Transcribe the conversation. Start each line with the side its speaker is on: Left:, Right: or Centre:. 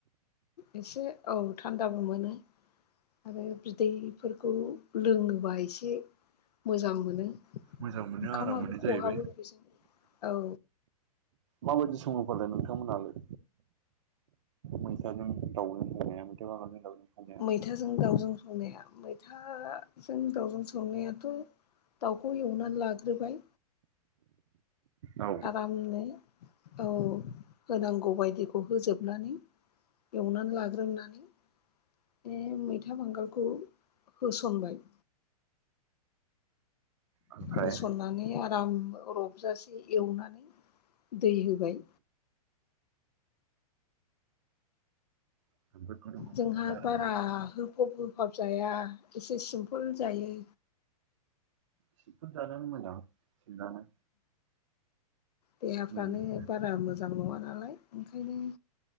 Left: एसे औ थान्दाबो मोनो आरो बिदैफोरखौ लोङोबा एसे मोजां मोनो ओंखामाबो
Right: मोजां मोनो आराम मोनो जाहैबाय
Left: खहाबो बेजों औ
Right: माबायदि सङो फालाय नोंथांमोनहालाय मैथाजों गाउजों संनाया मैथा बांगालजों दाउजों संनाया
Left: मैथाजों दाउजों संनाया मैथाजों दाउजों संनायाथ' दाउखौ एवनानै लाग्रोबाय
Right: औ
Left: आरामनो औ होनांगौ बायदिखौ होजोबनानै एवनानै लाग्रोननानै बे मैथा बांगालखौ होसनबाय
Right: ओमफ्राय
Left: होसननानै आराम रबजासे एवनानै दै होबाय।
Right: जोबोद गोदौ होबाय
Left: जोंहा
Right: थाबाय आरोना
Left: बारा होफब होफाब जाया एसे सिमपुल जायो।
Right: सिफोर दानो मोजां सिनानै
Left: देहाफ्रानो
Right: मोजां जायो
Left: बारा मोजां नङाना नालाय ओंखायनो